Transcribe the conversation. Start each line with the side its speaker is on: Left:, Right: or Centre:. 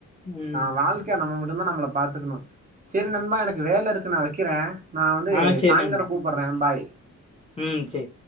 Left: ம்.
Right: தான் வாழ்க்கைய நம்ம மு நம்ம நம்மள பாத்துக்கணும் சரி நண்பா எனக்கு வேல இருக்கு நா வைக்கிறே நான் வந்து
Left: ஆ சரி
Right: சாய்ந்தரம்
Left: நண்பா.
Right: கூப்பிட்றே பாய்
Left: ம் செரி